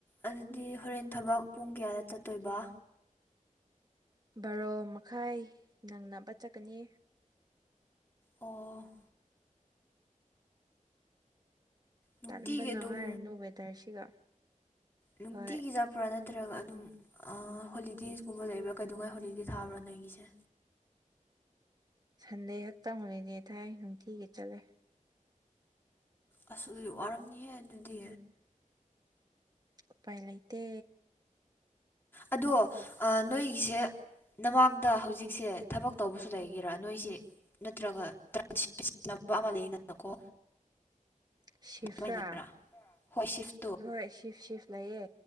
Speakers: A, on the left (about 15°); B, on the right (about 30°).
A: ꯑꯗꯨꯗꯤ ꯍꯣꯔꯦꯟ ꯊꯕꯛ ꯄꯨꯡ ꯀꯌꯥꯗ ꯆꯠꯇꯣꯏꯕ
B: ꯕꯥꯔꯣ ꯃꯈꯥꯏ ꯅꯪꯅꯕ ꯆꯠꯀꯅꯤ
A: ꯑꯣ ꯅꯨꯡꯇꯤꯒꯤ
B: ꯇꯟꯕꯅ
A: ꯑꯗꯨꯝ
B: ꯍꯥꯏꯔꯅꯨ ꯋꯦꯗꯔꯁꯤꯒ
A: ꯅꯨꯡꯇꯤ
B: ꯍꯣꯏ
A: ꯀꯖꯥ ꯐꯕ꯭ꯔꯥ ꯅꯠꯇ꯭ꯔꯒ ꯑꯗꯨꯝ ꯍꯣꯂꯤꯗꯦꯁꯒꯨꯝꯕ ꯂꯩꯕ꯭ꯔꯥ ꯀꯩꯗꯧꯉꯥꯏ ꯍꯣꯂꯤꯗꯦ ꯊꯥꯕ꯭ꯔꯥ ꯅꯣꯏꯒꯤꯁꯦ
B: ꯁꯟꯗꯦ ꯈꯛꯇꯪꯂꯤꯅꯦ ꯊꯥꯏ ꯅꯨꯡꯊꯤꯒꯤ ꯆꯠꯂꯦ
A: ꯑꯁ ꯋꯥꯔꯝꯅꯤꯍꯦ ꯑꯗꯨꯗꯤ
B: ꯎꯄꯥꯏ ꯂꯩꯇꯦ
A: ꯑꯗꯣ ꯅꯣꯏꯒꯤꯁꯦ ꯅꯃꯥꯛꯗ ꯍꯧꯖꯤꯛꯁꯦ ꯊꯕꯛ ꯇꯧꯕꯁꯨ ꯂꯩꯒꯦꯔꯥ ꯅꯣꯏꯁꯤ ꯅꯠꯇ꯭ꯔꯒꯟꯅꯕ ꯑꯃ ꯂꯩꯅꯅꯀꯣ
B: <unintelligible> ꯁꯤꯐ꯭ꯔꯥ
A: ꯑꯗꯨꯃꯥꯏ꯭ꯔꯥ ꯍꯣꯏ ꯁꯤꯐ
B: ꯍꯣꯏ ꯁꯤꯐ ꯁꯤꯐ ꯂꯩꯌꯦ